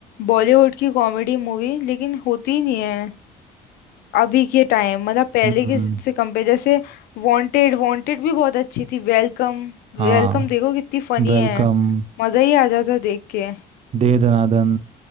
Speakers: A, on the left; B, on the right.
A: बॉलीवुड की कॉमेडी मूवी लेकिन होती ही नहीं है अभी के टाइम मतलब पहले
B: हम्म
A: के से कंपेयर जैसे वांटेड वांटेड भी बहुत अच्छी थी वेलकम
B: हाँ
A: वेलकम देखो कितनी फनी
B: वेलकम
A: है मजा ही आ जाता देख के
B: दे दनादन